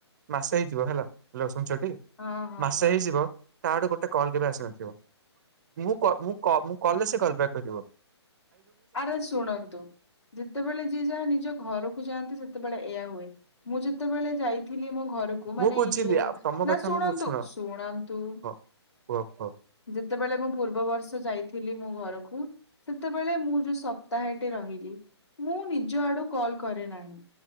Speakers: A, on the right; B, on the left.
A: ମାସେ ହେଇଯିବ ହେଲା ହାଲୋ। ଶୁଣୁଛ ଟି
B: ହଁ ହଁ
A: ମାସେ
B: ହଁ
A: ହେଇଯିବ ତା ଆଡୁ ଗୋଟେ କଲ୍ କେବେ ଆସିନଥିବ ମୁଁ କ ମୁଁ କ ମୁଁ କ କଲେ ସେ କଳ୍ ବ୍ୟାକ୍ କରିିବ।
B: ଆରେ ଶୁଣନ୍ତୁ ଯେତେବେଳେ ଯିଏ ଯାହା ନିଜ ଘରକୁ ଯାଆନ୍ତି ସେ ତେବେଳେ ଏଇଆ ହୁଏ ମୁଁ ଯେତେବେଳେ ଯାଇଥିଲି ମୋ ଘରକୁ ମାନେ
A: ମୁଁ ବୁଝିଲି
B: ଏଇ ଯୋଉ
A: ଆଉ ତମ
B: ନା
A: କଥା
B: ଶୁଣନ୍ତୁ
A: ମୁଁ ଶୁଣ
B: ଶୁଣନ୍ତୁ
A: ହଁ କୁହ କୁହ
B: ଯେତେବେଳେ ମୁଁ ପୂର୍ବ ବର୍ଷ ଯାଇଥିଲି ମୋ ଘରକୁ ସେତେବେଳେ ମୁଁ ଯୋଉ ସପ୍ତାହେଟେ ରହିଲି ମୁଁ ନିଜ ଆଡୁ କଲ୍ କରେ ନାହିଁ।